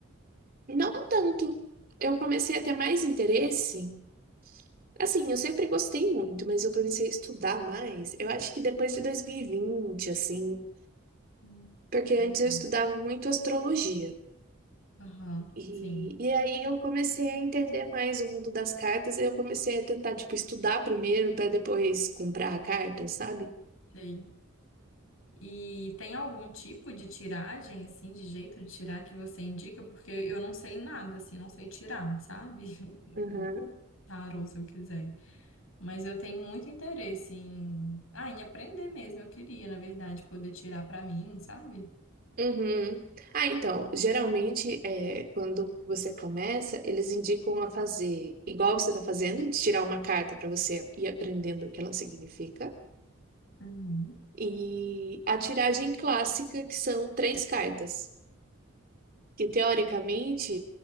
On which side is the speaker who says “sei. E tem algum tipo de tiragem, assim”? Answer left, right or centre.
Left